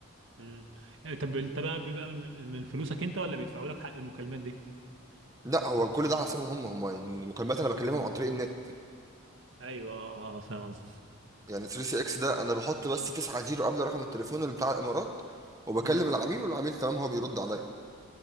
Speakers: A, on the right; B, on the right.
A: مم. يعني طب انت بقى بيبقى من من فلوسك انت ولا بيدفعوا لك حق المكالمات دي
B: لا هو كل ده على حسابهم هم هم يعني المكالمات انا بكلمهم
A: مم.
B: عن طريق النت
A: ايوه اه آه، فاهم قصدك
B: يعني 3 سي اكس ده انا بحط بس 9 زيرو قبل رقم التليفون اللي بتاع الامارات وبكلم
A: مم.
B: العميل والعميل تمام هو بيرد عليا